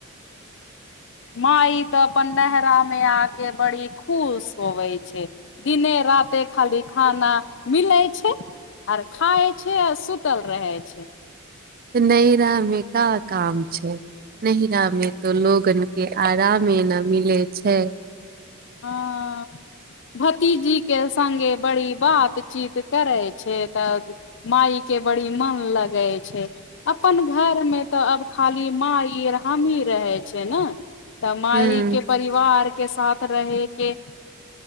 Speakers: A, on the left; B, on the right.
A: माई तऽ अपन नहरा मे आके बड़ी खुश होवय छै। दिने राते खाली खाना मिलै छै। आर खाए छै आ सुतल रहय छै।
B: नहिरामे कोन काम छै। नहिरा में तो लोगन के आरामे न मिले छै।
A: ह। भतीजी के संगे बड़ी बातचीत करै छै तब माइ के बड़ी मन लगे छै। अपन घरमे तऽ आब खाली माइ आर हमही रहै छै ने। तऽ माइ
B: हूं
A: के परिवार के साथ। रहे के